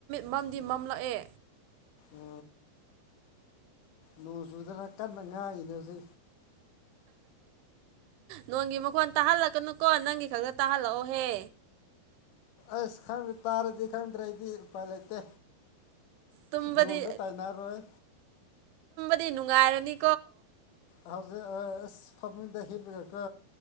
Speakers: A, on the right (about 80°); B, on the left (about 65°).
A: ꯃꯝꯗꯤ ꯃꯝꯂꯛꯑꯦ
B: ꯎ ꯂꯨ ꯆꯨꯗꯅ ꯀꯟꯅ ꯉꯥꯏꯔꯤꯅꯣ ꯁꯤ
A: ꯅꯣꯡꯒꯤ ꯃꯈꯣꯟ ꯇꯥꯍꯜꯂꯛ ꯀꯅꯨꯀꯣ ꯅꯪꯒꯤ ꯈꯛꯇ ꯇꯥꯍꯜꯂꯛꯑꯣꯍꯦ
B: ꯑꯁ ꯈꯪꯗ ꯇꯥꯔꯗꯤ ꯈꯪꯗꯔꯦꯗꯤ ꯏꯄꯥꯥꯏ ꯂꯩꯇꯦ
A: ꯇꯨꯝꯕꯗꯤ
B: ꯅꯣꯡꯗ ꯇꯥꯏꯅꯔꯣꯏ
A: ꯗꯤ ꯅꯨꯡꯉꯥꯏꯔꯅꯤ
B: ꯍꯧꯖ ꯑ ꯑꯁ ꯐꯝꯃꯤꯗ ꯍꯦꯕꯔꯀ